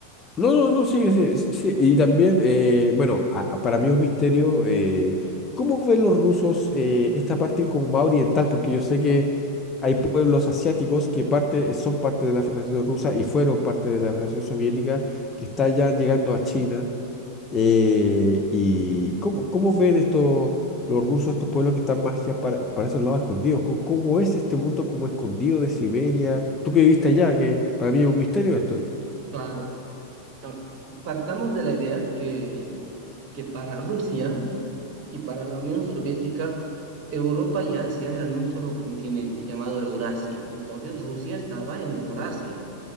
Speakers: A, on the left (about 20°); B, on the right (about 35°).
A: No, no, no, sí, sí, sí, sí. Y también, eh, bueno, a- a- para mí es un misterio, eh, ¿cómo ven los rusos eh, esta parte como más oriental? Porque yo sé que hay pueblos asiáticos que parte, son parte de la Federación Rusa y fueron parte de la Federación Soviética, que está ya llegando a China. eh, ¿y cómo, cómo ven estos, los rusos, estos pueblos que están más ya para, para esos lados escondidos? ¿Cómo, cómo es este mundo como escondido de Siberia? Tú que viviste allá, que para mí es un misterio esto.
B: Claro, ah, partamos de la idea que, que para Rusia, y para la Unión Soviética, Europa y Asia eran un solo continente llamado Eurasia. Entonces Rusia estaba en Eurasia